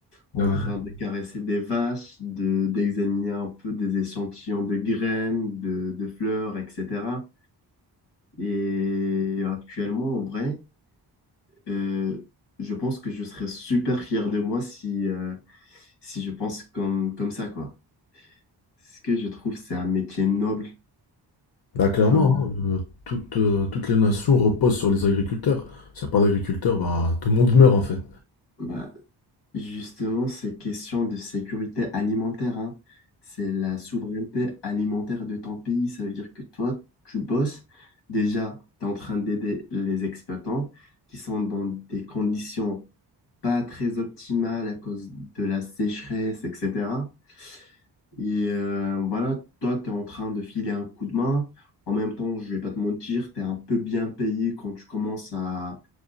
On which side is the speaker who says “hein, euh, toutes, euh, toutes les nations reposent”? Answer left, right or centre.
Left